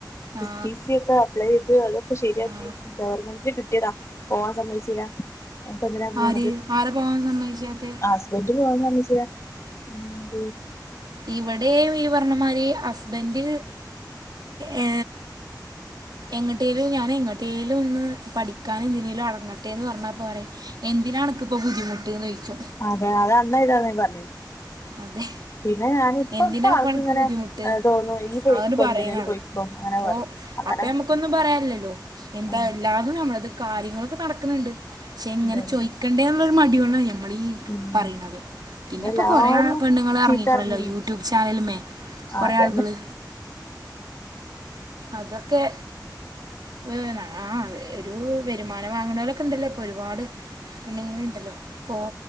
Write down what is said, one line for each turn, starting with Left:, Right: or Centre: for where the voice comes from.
Right: ആ
Left: ടി സി ഒക്കെ അപ്ലൈ ചെയ്ത് അതൊക്കെ ശരിയാക്കി
Right: ആ.
Left: ഗവൺമെന്റിൽ കിട്ടിയതാ പോവാൻ സമ്മയിച്ചില്ല അപ്പൊ എതിനാ പോ
Right: ആര് ആരെ പോകാൻ സമ്മതിച്ചാത്ത
Left: ഹസ്ബൻഡ് സാ മച <unintelligible> ഉം
Right: ഇവിടെ ഈ പറർണമാര് ഹസ്ബൻഡ് ഏ എങ്ങോട്ടേലും ഞാൻ എങ്ങോട്ടേലും ഒന്ന് പഠിക്കാന എന്തിനേലും അറങ്ങട്ടെ എന്ന് പറഞ്ഞാൽപ്പോൾ പറയും എന്തിനാണ്ണക്ക ഇപ്പോൾ ബുദ്ധിമുട്ട്ന്ന് ചോയിക്കും
Left: അതെ അത എന്നാ ഇതാ പറഞ്ഞന്ന്
Right: അതെ
Left: പിന്നെ ഞാനിപ്പ
Right: എന്തിനാപ്പ
Left: ഇപ്പൊ ആർക്ക
Right: അനക്ക്
Left: ഇങ്ങനെ
Right: ബുദ്ധിമുട്ട്
Left: തോന്നും ഈ പൊയ്ക്കോ
Right: അതോണ്ട് പറയുന്നാള്
Left: എന്തിനതിനൽ പൊയ്ക്കോ അങ്ങനെ
Right: അപ്പോ
Left: പറയും അങ്ങനെ
Right: അപ്പ നമുക്കൊന്നും പറയാനില്ലല്ലോ എന്താ
Left: ആ
Right: എല്ലാതും നമ്മളത് കാര്യങ്ങളൊക്കെ നടക്ക ണ്ട് പക്ഷെ എങ്ങനെ
Left: അതന്നെ
Right: ചോദിക്കണ്ടേ എന്നുള്ള മടിയോട ന മ്മളെ
Left: ഉം
Right: പറയുന്നത് പിന്നെ
Left: എല്ലാരും
Right: ഇപ്പ കൊറെേ പെണ്ണുങ്ങൾ ഇറങ്ങിക്കോളല്ലോ
Left: ചീത്തറിഞ്ഞീനി
Right: യൂട്യൂബ് ചാനൽമേ
Left: ആഹ്
Right: കുറെ
Left: അതന്നെ
Right: ആളുകള് അതൊക്കെ വ ആ ഒരു വരുമാനം വാങ്ങണലൊക്കെ ഉണ്ടല്ലോ ഇപ്പൊ ഒരുപാട് പെണ്ണുങ്ങ ഉണ്ടല്ലോ പ്പോൾ